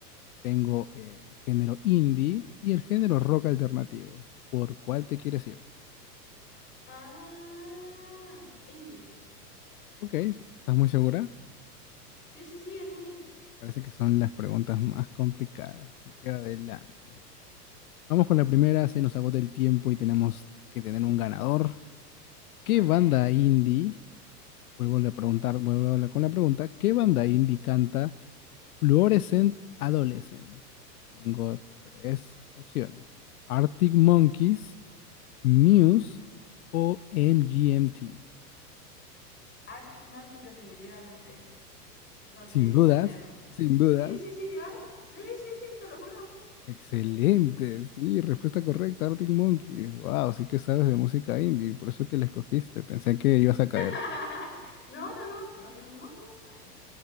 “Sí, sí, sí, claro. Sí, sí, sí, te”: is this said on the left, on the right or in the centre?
Left